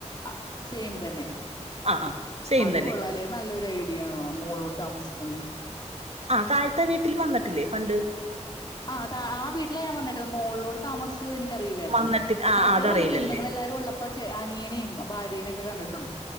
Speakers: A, on the left; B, on the right.
A: ആ സെയിം തന്നെ
B: ആഹ് ആഹ് സെയിം
A: അത്
B: തന്നെ
A: കൊള്ളാല നല്ലൊരു ഐഡിയ ആണ മോളോട് താമസിക്കുന്നത്
B: ആ താഴ്ത്തെ വീട്ടിൽ വന്നിട്ടില്ലേ പണ്ട്
A: ആ ആ വീട്ടിലെ ഞാൻ വന്നേ മോളിലോട് താമസിച്ചത് എനിക്കറിയില്ലായിരുന്നു
B: വന്നിട്ട് ആഹ്
A: താഴെ
B: അതറിയില്ലല്ലേ
A: വന്നിട്ടുണ്ട് നിങ്ങൾ എല്ലാരും ഉള്ളപ്പോ അപ്പെ അനിയനെയും ഭാര്യനെയക്കെ കണ്ടിട്ടു ണ്ട്